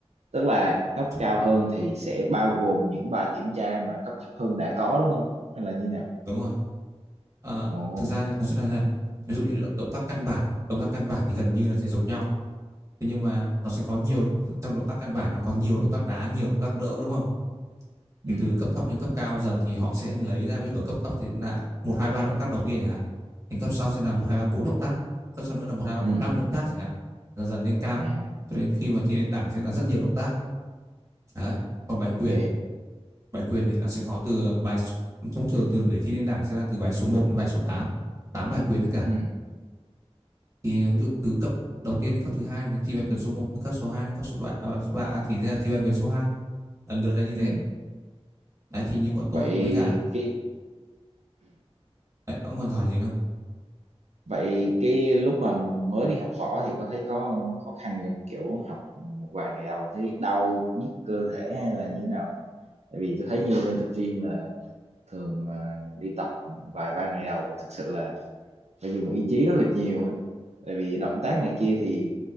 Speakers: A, on the right; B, on the right.
A: tức là cấp
B: Nói chung
A: cao
B: là
A: hơn thì sẽ bao gồm những bài kiểm tra mà cấp thấp hơn đã có đúng không hay là như nào
B: đúng rồi. Ờ,
A: ồ
B: thực ra thì nó sẽ là thế này. Ví dụ như động, động tác căn bản, động tác căn bản thì gần như là sẽ giống nhau. Thế nhưng mà nó sẽ có nhiều trong động tác căn bản nó có nhiều động tác đá, nhiều động tác đỡ đúng không?
A: ừ
B: thì từ cấp thấp đến cấp cao dần thì họ sẽ lấy ra ví dụ ở cấp thấp sẽ là một hai ba động tác đầu tiên chẳng hạn đến cấp sau sẽ là một hai ba bốn động tác cấp sau nữa là một hai ba
A: ừ
B: bốn năm động tác chẳng hạn dần dần lên cao
A: à
B: cho đến khi mà thi lên đẳng sẽ là rất nhiều động tác đấy còn bài
A: ok
B: quyền bài quyền thì nó sẽ có từ bài thông thường từ để thi lên đẳng sẽ là từ bài số một đến bài số tám 8 bài quyền tất cả
A: ừ
B: thì ví dụ từ cấp đầu tiên đến cấp thứ hai là thi bài quyền số một từ cấp số 2 đến cấp số ba à, thì ra thi bài quyền số hai lần lượt là như thế
A: ừ
B: đấy thì như bọn tôi
A: vậy
B: với cả
A: cái
B: đấy, ông còn giỏi gì đâu
A: vậy cái lúc mà mới đi học võ thì có thấy có khó khăn gì không kiểu học một vài ngày đầu thấy đau nhức cơ thể hay là như nào tại vì tôi thấy như bên tập gym là thường mà đi tập vài ba ngày đầu thực sự là phải dùng ý chí rất là nhiều ấy tại vì động tác này kia thì